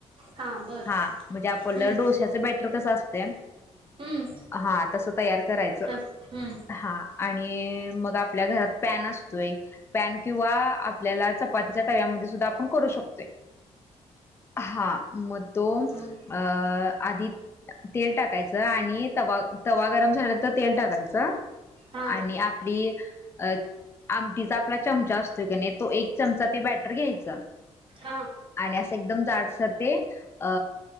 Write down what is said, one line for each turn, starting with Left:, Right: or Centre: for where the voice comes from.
Right: हा बर
Left: हा म्हणजे आपल
Right: हम्म
Left: डोश्याच बॅटर कस असतया.
Right: हम्म
Left: हा तसं तयार करायचं
Right: तस हम्म
Left: हा आणि मग आपल्या घरात पॅन असतोय. पॅन किंवा आपल्याला चपातीच्या तव्यामध्ये सुद्धा आपण करू शकतो. हा मग तो अ
Right: हम्म
Left: आधी तेल टाकायचं आणि तवा तवा गरम झाल तर तेल टाकायचं.
Right: हा
Left: आणि आपली अ आमटीचा आपला चमचा असतोय की नाही तो एक चमचा ते बॅटर घ्यायच.
Right: हा
Left: आणि असं एकदम जाडसर ते अ